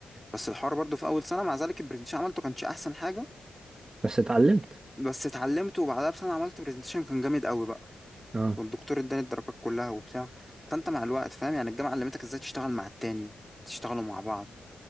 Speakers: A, in the centre; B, on the right (about 30°).
A: بس الحوار برضو في اول سنه مع ذلك البرزنتيشن عملته كانش احسن حاجه
B: بس اتعلمت
A: بس اتعلمته وبعدها بسنه عملت برزنتيشن كان جامد قوي بقى
B: اه
A: والدكتور اداني الدرجات كلها وبتاع فانت مع الوقت فاهم يعني الجامعه علمتك ازاي تشتغل مع التاني تشتغلوا مع بعض